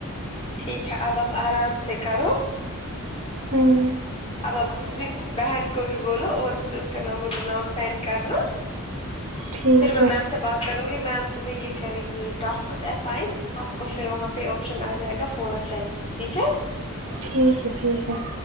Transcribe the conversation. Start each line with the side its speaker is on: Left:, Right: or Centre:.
Left: ٹھیک ہے اب آپ آرام سے کرو
Right: ہوں
Left: اب آپ دوسری بہن کو بھی بولو اور مجھے اس کا نمبر نام سینڈ کرنا
Right: ٹھیک
Left: پھر میں
Right: ہے
Left: میم سے بات کروں گی میم تمہیں یہ کری گی ٹاسکس اسائن آپ کو پھر وہاں پہ آپشن آ جائے گا فون آ فرینڈ ٹھیک ہے
Right: ٹھیک ہے ٹھیک ہے